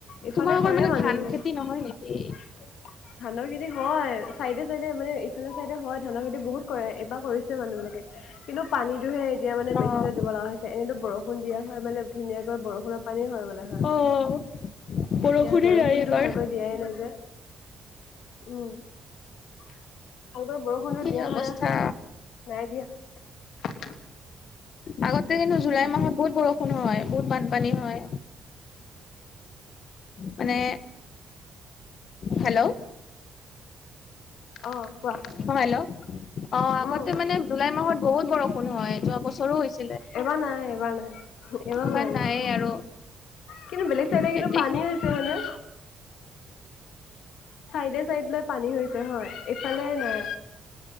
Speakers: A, on the left (about 80°); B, on the left (about 60°).
A: ইফালে
B: তোমালোকৰ
A: কৰে
B: মানে
A: মানুহ
B: ধান
A: বিলাকে।
B: খেতি নহয় নেকি?
A: ধানৰ খেতি হয় চাইডে চাইডে মানে ইফালে চাইডে হয় ধানৰ খেতি বহুত। কৰে কৰিছে মানুহ বিলাকে কিন্তু পানীতটোহে এতিয়া মানে মেচিনত
B: অ'
A: দিব লগা হৈছে এনেতো বৰষুণ দিয়া হয় মানে। ধুনীয়াকৈ বৰষুণত। পানী হৈ গ'লে হয়
B: অ' বৰষুণে
A: এতিয়া বৰষুণতটো
B: নাই এইবাৰ।
A: ভালকৈ দিয়াই নাই যে। উম। ভালকৈ বৰষুণো
B: কি
A: দিয়া
B: অৱস্থা।
A: হয় আৰু নাই দিয়া।
B: আগতে কিন্তু জুলাই মাহত বহুত বৰষুণ হয় বহুত বানপানী হয়। মানে। হেল্ল'
A: অ কোৱা।
B: অ হেল্ল' অ আগতে
A: উম
B: মানে জুলাই মাহত বহুত বৰষুণ হয় যোৱা বছৰো হৈছে।
A: এবাৰ নাই এবাৰ নাই। এবাৰ
B: এইবাৰ
A: হোৱা নাই
B: নাইয়ে আৰু
A: কিন্তু বেলেগ চাইড
B: খেতি
A: কিন্তু পানী হৈছে হয়নে। চাইডে চাইড লৈ পানী হৈছে হয় এইফালে নাই।